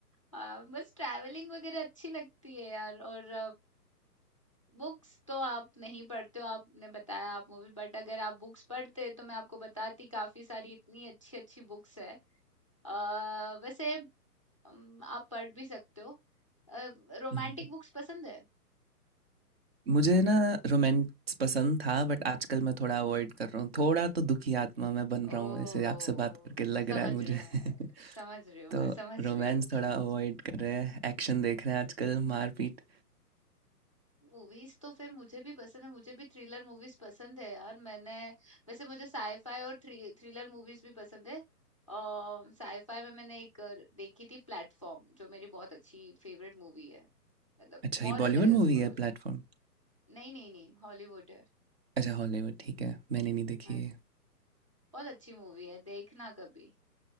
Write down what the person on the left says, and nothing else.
आ, बस ट्रैवलिंग वगैरह अच्छी लगती है यार और बुक्स तो आप नहीं पढ़ते हो आपने बताया आप मूवी बट अगर आप बुक्स पढ़ते तो मैं आपको बताती काफी सारी इतनी अच्छी अच्छी बुक्स है अ, वैसे अम, आप पढ़ भी सकते हो रोमांटिक
बुक्स पसंद है
ओह
समझ
रही हूँ
मैं समझ रही हूँ
मैं समझ
रही हूँ
मूवीज तो फिर मुझे भी पसंद है मुझे भी थ्रिलर मूवीज पसंद है यार मैंने वैसे मुझे साईफाई और थ्री, थ्रिलर मूवीज भी पसंद है और साईफाई में मैंने एक अ, देखी थी प्लेटफॉर्म जो मेरी बहुत अच्छी फेवरेट मूवी है मतलब
मॉरल
है
उसमें
कुछ
नहीं नहीं नहीं हॉलीवुड है
हाँ
बहुत अच्छी मूवी है देखना कभी